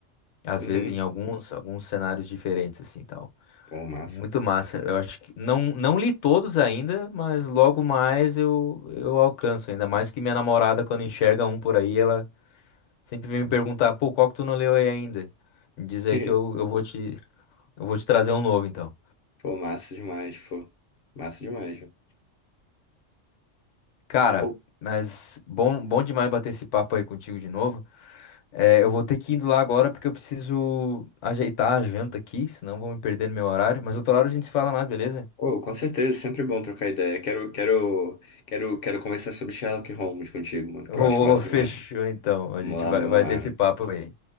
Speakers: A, on the left; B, on the left.
A: às
B: Uhum.
A: vezes em alguns, alguns cenários diferentes, assim, tal.
B: Pô, massa.
A: Muito massa. Eu acho que não, não li todos ainda, mas logo mais eu, eu alcanço. Ainda mais que minha namorada, quando enxerga um por aí, ela Sempre vem me perguntar, pô, qual que tu não leu aí ainda? Me diz aí
B: <laughs>
A: que eu, eu vou te, eu vou te trazer um novo, então.
B: Pô, massa demais, pô. Massa demais, mano.
A: Cara,
B: Pô,
A: mas bom, bom demais bater esse papo aí contigo de novo. É, eu vou ter que ir indo lá agora porque eu preciso ajeitar a janta aqui, senão eu vou me perder no meu horário. Mas outro horário a gente se fala mais, beleza?
B: pô, com certeza, sempre bom trocar ideia. Quero, quero, quero, quero conversar sobre Sherlock Holmes contigo, mano,
A: Ô,
B: que eu acho massa
A: <laughs> fechou
B: demais.
A: então. A
B: Vamos
A: gente
B: lá,
A: vai,
B: meu
A: vai
B: mano.
A: ter esse papo aí.